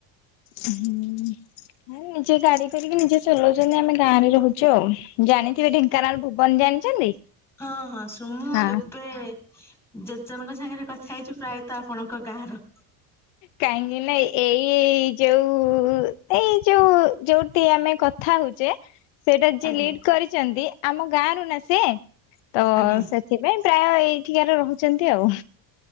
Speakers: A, on the left; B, in the centre.
A: ହୁଁ। ନିଜେ ଗାଡି କରିକି ନିଜେ ଚଲଉଚନ୍ତି ଆମେ ଗାଁ ରେ ରହୁଛୁ ଆଉ ଜାଣିଥିବେ ଢେଙ୍କାନାଳ ଭୁବନ ଜାଣିଛନ୍ତି?
B: ହଁ ହଁ ସୁ ମୁଁ
A: ହଁ
B: ଏବେ ଜେତେ ଜଣଙ୍କ ସାଙ୍ଗରେ କଥା ହେଇଛି ପ୍ରାୟତଃ ଆପଣଙ୍କ ଗାଁର।
A: କାହିଁକି ନା ଏଇ ଯୋଉ ଏଇ ଯୋଉ ଯୋଉଠି ଆମେ କ କଥା ହଉଛେ ସେଇଟା
B: ଆଜ୍ଞା
A: ଯିଏ ଲିଡ୍‌ କରିଚନ୍ତି ଆମ ଗାଁରୁ ନା ସେ ତ
B: ଆଜ୍ଞା।
A: ସେ ସେଥିପାଇଁ ପ୍ରାୟ ଏଇଠିକାର ରହୁଛନ୍ତି ଆଉ।